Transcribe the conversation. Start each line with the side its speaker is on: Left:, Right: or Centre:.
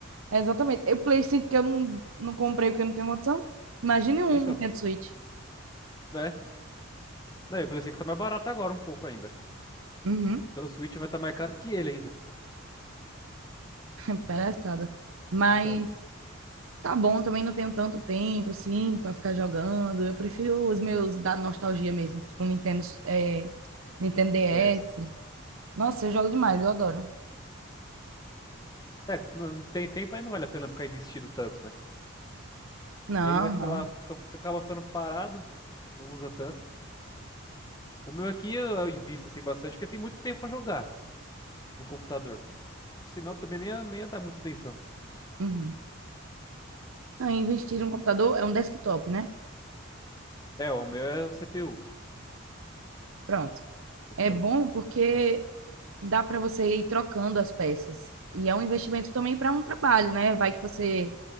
Right: É, exatamente. Eu Play 5 que eu não, não comprei porque eu não tenho condição. Imagine um
Left: Então,
Right: Nintendo Switch.
Left: né? Não, e o Play 5 tá mais barato agora um pouco ainda.
Right: Uhum.
Left: Então o Switch vai estar mais caro que ele ainda.
Right: É palhaçada. Mas
Left: <laughs>
Right: tá bom, também não tenho tanto tempo assim pra ficar jogando. Eu prefiro os meus da nostalgia mesmo, tipo Nintendo, é, Nintendo DS.
Left: DS.
Right: Nossa, eu jogo demais, eu adoro.
Left: É, não tem tempo aí não vale a pena ficar investindo tanto, né?
Right: Não,
Left: Que aí vai ficar
Right: não.
Left: lá, fica, fica- acaba ficando parado, não usa tanto. O meu aqui eu eu invisto assim bastante, porque tem muito tempo pra jogar no computador. Senão também nem ia, nem ia dar muita atenção.
Right: Uhum. Não, investir em um computador é um desktop, né?
Left: É, o meu é o CPU.
Right: Pronto.
Left: CPU.
Right: É bom porque dá para você ir trocando as peças. E é um investimento também para um trabalho, né? Vai que você